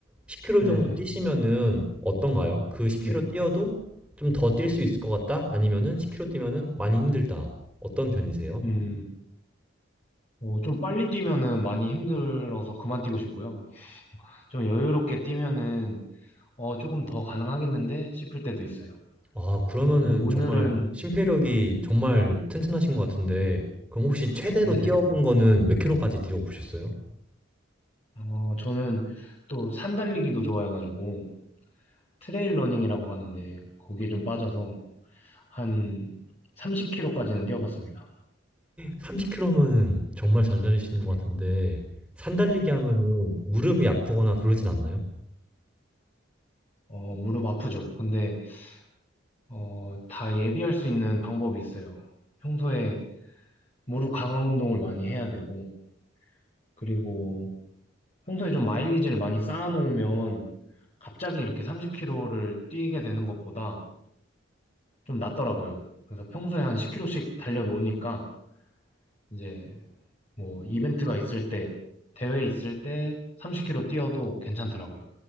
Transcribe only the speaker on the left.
네네.
네.
음, 어, 좀 빨리 뛰면은 많이 힘들어서 그만 뛰고 싶고요. 좀 여유롭게 뛰면은, 어, 조금 더 가능하겠는데 싶을 때도 있어요.
근데 오늘은,
네.
네네.
어, 저는 또 산 달리기도 좋아해가지고, 트레일 러닝이라고 하는데, 거기에 좀 빠져서 한 30km까지는 뛰어봤습니다.
네.
어, 무릎 아프죠. 근데, 어, 다 예비할 수 있는 방법이 있어요. 평소에 무릎 강화 운동을 많이 해야 되고, 그리고 평소에 좀 마일리지를 많이 쌓아놓으면 갑자기 이렇게 30km를 뛰게 되는 것보다 좀 낫더라고요. 그래서 평소에 한 10km씩 달려놓으니까 이제 뭐 이벤트가 있을 때, 대회 있을 때 30km 뛰어도 괜찮더라고요.